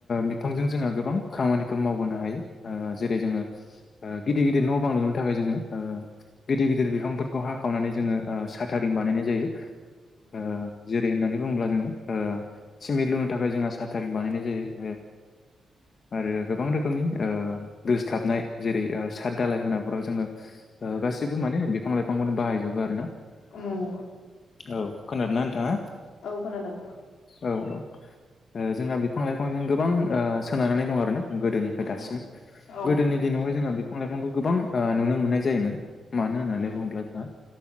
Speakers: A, on the left; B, on the left.
A: बिफांजों जोंहा गोबां खामानिफोर मावबोनो हायो ओ जेरै जोङो गिदिर गिदिर न' बांलुनो थाखाय जोङो गिदिर गिदिर बिफांफोरखौ हाखावनानै जोङो साथारिबा बानायनाय जायो ओ जेरै होननानै बुङोब्ला जोङो ओ सिमेन्ट लुनो थाखाय जोंहा साटारिं बानायनाय जायो। आरो गोबां रोखोमनि दोस्लाबनाय जेरै साद दालाय होनाफोराव जोङो गासिबो माने बिफां लाइफांखौनो बाहायजोबो ना
B: उम
A: औ खोनादोंना नोंथाङा
B: औ खोनादों
A: औ औ ओ जोंहा बिफां लाइफांजों गोबां ओ सोनारनानै दं आर ना गोदोनिफ्राय दासिम
B: उम, औ
A: गोदोनि दिनावहाय जोंना बे फां लाइफांखौ गोबां नुनो मोननाय जायोमोन मानो होननानै
B: उम,
A: बुङोब्ला जोंहा